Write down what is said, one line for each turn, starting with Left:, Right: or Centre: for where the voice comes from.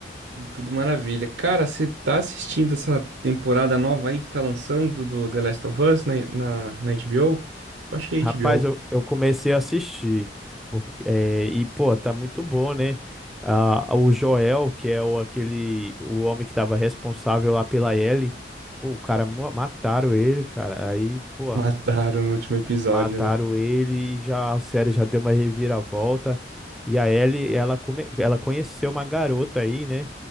Right: Tu- Tudo maravilha. Cara, você tá assistindo essa temporada nova aí que tá lançando do The Last of Us na, na, na HBO? Eu achei
Centre: Rapaz,
Right: HBO.
Centre: eu, eu comecei a assistir. por- é, e, pô, tá muito bom, né? Ah, o Joel, que é o, aquele, o homem que tava responsável lá pela Ellie, pô, o cara, mo- mataram ele, cara. Aí, pô,
Right: Mataram no último episódio,
Centre: mataram
Right: né?
Centre: ele e já, a série já deu uma reviravolta. E a Ellie, ela, come, ela conheceu uma garota aí, né?